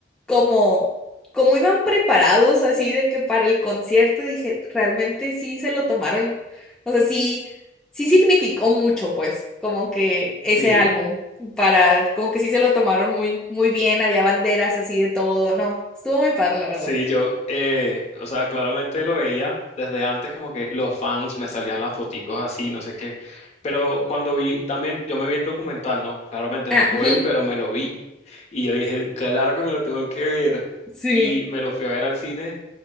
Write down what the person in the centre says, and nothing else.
como, como iban preparados así de que para el concierto, dije, realmente sí se lo tomaron, o sea, sí, sí significó mucho, pues, como que ese
álbum, para, como que sí se lo tomaron muy, muy bien, había banderas así de todo, no, estuvo muy padre, la verdad.
Ah,
ujú,
sí,